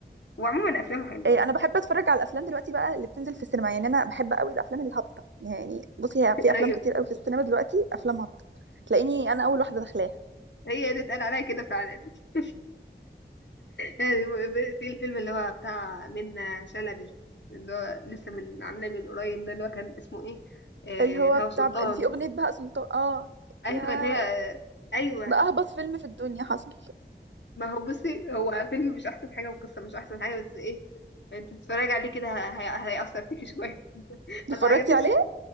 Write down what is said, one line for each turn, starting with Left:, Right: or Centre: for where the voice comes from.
Left: وعموما افلامه حلوه
Right: إيه انا بحب اتفرج على الافلام دلوقتي بقى اللي بتنزل في السينما يعني انا بحب قوي الافلام الهابطه يعني بصي هي
Left: <laughs>
Right: في افلام
Left: ايوه
Right: كتير قوي في السينما دلوقتي افلام هابطه تلاقيني انا اول واحده داخلاها
Left: هي دي اتقال عليا كده فعلا <laughs> يعني في الفيلم اللي هو بتاع منة شلبي اللي هو لسه من عاملاه من قريب ده اللي هو كان اسمه ايه آه
Right: اللي هو
Left: الهوى سلطان
Right: بتاع اللي فيه أغنية بهاء سلطان اه
Left: ايوه
Right: يا
Left: اللي هي ايوه
Right: ده أهبط فيلم في الدنيا حصل
Left: ما هو بصي هو فيلم مش احسن حاجه والقصه مش احسن حاجه بس ايه انت تتفرجي عليه كده هي- هيأثر فيكي شويه <laughs>
Right: اتفرجتي
Left: هتعيطي
Right: عليه؟
Left: شويه